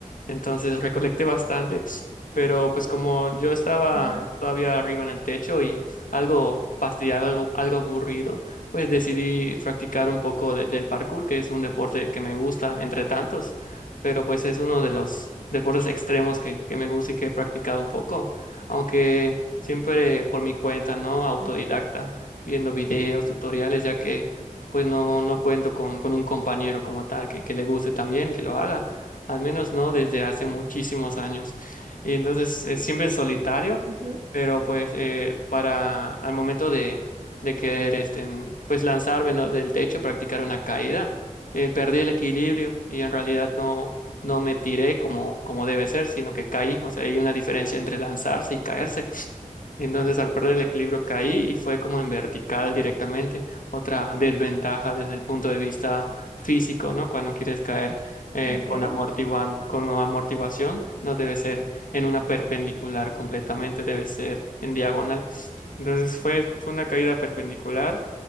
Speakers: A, on the left (about 75°); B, on the right (about 45°).
A: Entonces recolecté bastante, pero pues como yo estaba
B: Ajá,
A: todavía arriba en el techo y algo fastidiado, algo, algo aburrido, pues decidí practicar un poco de- del parkour, que es un deporte que me gusta entre tantos pero pues es uno de los deportes extremos que, que me gusta y que he practicado un poco, aunque siempre por mi cuenta, ¿no? Autodidacta,
B: Okay.
A: viendo videos, tutoriales, ya que pues no, no cuento con, con un compañero como tal que, que le guste también, que lo haga, al menos no desde hace muchísimos años. Y entonces es siempre en solitario,
B: ujú,
A: pero pues eh, para al momento de, de querer este, pues lanzarme, ¿no? del techo, practicar una caída eh, perdí el equilibrio y en realidad no, no me tiré como, como debe ser, sino que caí. O sea, hay una diferencia entre lanzarse y caerse. Entonces al perder el equilibrio caí y fue como en vertical directamente. Otra desventaja desde el punto de vista físico, ¿no? Cuando quieres caer eh,
B: Okay.
A: con amortigua- con amortiguación, no debe ser en una perpendicular completamente, debe ser en diagonal. Entonces fue, fue una caída perpendicular,